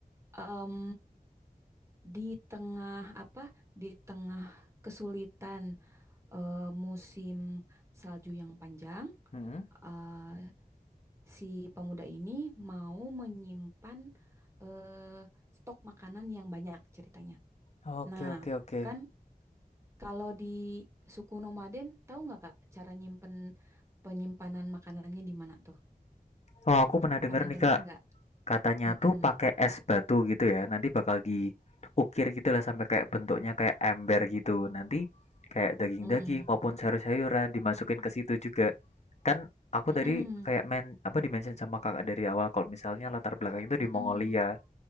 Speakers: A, on the right; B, on the left.
A: Em, di tengah apa? Di tengah kesulitan eh, musim salju yang panjang,
B: mhm.
A: eh, si pemuda ini mau menyimpan eh, stok makanan yang banyak ceritanya.
B: Oke
A: Nah,
B: oke oke.
A: kan kalau di suku nomaden, tahu nggak Kak cara nyimpen penyimpanan makanannya di mana tuh?
B: Oh, aku pernah denger
A: Pernah
B: nih,
A: dengar
B: Kak.
A: nggak?
B: katanya
A: Mm-mm.
B: tuh pakai es batu gitu ya nanti bakal diukir gitu lah sampai kayak bentuknya kayak ember gitu nanti kayak daging-daging
A: Mmm,
B: maupun sayur-sayuran dimasukin ke situ juga kan aku tadi
A: mhm,
B: kayak men apa dimention sama kakak dari awal kalau misalnya latar belakang itu
A: mhm,
B: di Mongolia